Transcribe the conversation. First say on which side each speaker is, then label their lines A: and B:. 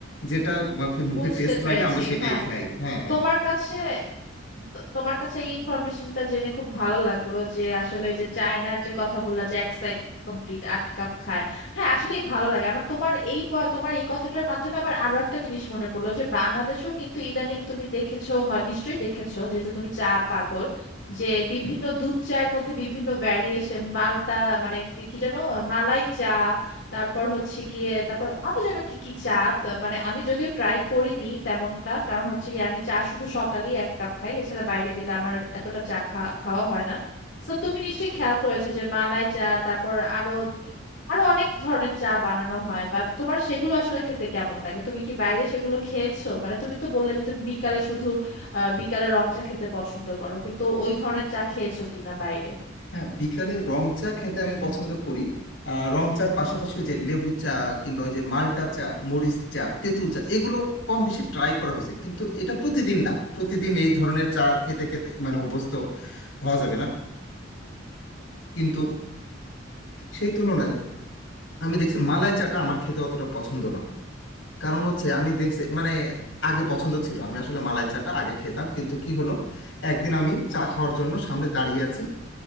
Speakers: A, on the left; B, on the left.
A: যেটা মুখে মুখে
B: বুঝতে
A: টেস্ট লাগে
B: পেরেছি
A: আমরা সেটাই
B: হ্যাঁ
A: খাই হ্যাঁ হ্যাঁ
B: তোমার কাছে তো তোমার কাছে এই ইনফরমেশনটা জেনে খুব ভালো লাগলো যে আসলে ওই যে চায়নার যে কথা বললা যে এক সাইকেল কমপ্লিট আট কাপ খায় হ্যাঁ আসলেই ভালো লাগে আমার তোমার এই প- তোমার এই কথাটার মাধ্যমে আমার আরো একটা জিনিস মনে পড়লো যে বাংলাদেশও কিন্তু ইদানিং তুমি দেখেছো হয় নিশ্চয়ই দেখেছো যেহেতু তুমি চা পাগল যে বিভিন্ন দুধ চায়ের মধ্যে বিভিন্ন ভ্যারিয়েশন মালটা মানে কি কি যেন মালাই চা তারপর হচ্ছে গিয়ে তারপর আরো যেন কি কি চা তা- মানে আমি যদিও ট্রাই করিনি তেমনটা কারণ হচ্ছে গিয়ে আমি চা শুধু সকালেই এক কাপ খাই এছাড়া বাইরে গেলে আমার এতটা চা খা- খাওয়া হয় না তো তুমি নিশ্চয়ই খেয়াল করেছো যে মালাই চা তারপর আরো আরো অনেক ধরনের চা বানানো হয় বা তোমার সেগুলো আসলে খেতে কেমন লাগে তুমি কি বাইরে সেগুলো খেয়েছো মানে তুমি তো বললে যে তুমি বিকালে শুধু আহ বিকালে রং চা খেতে পছন্দ করো কিন্তু ওই ধরনের চা খেয়েছো কিনা বাইরে
A: হ্যাঁ বিকালে রং চা খেতে আমি পছন্দ করি আহ, রং চার পাশাপাশি ওই যে লেবু চা কিংবা ওই যে মাল্টা চা মরিচ চা তেঁতুল চা এগুলো কম বেশি ট্রাই করা হয়েছে কিন্তু এটা প্রতিদিন না প্রতিদিন এই ধরনের চা খেতে খেতে মানে অভ্যস্ত হওয়া যাবে না কিন্তু সেই তুলনায় আমি দেখছি মালাই চাটা আমার খেতে অতটা পছন্দ না কারণ হচ্ছে আমি দেখছি মানে আগে পছন্দ ছিল আমি আসলে মালাই চাটা আগে খেতাম কিন্তু কি হলো একদিন আমি চা খাওয়ার জন্য সামনে দাঁড়িয়ে আছি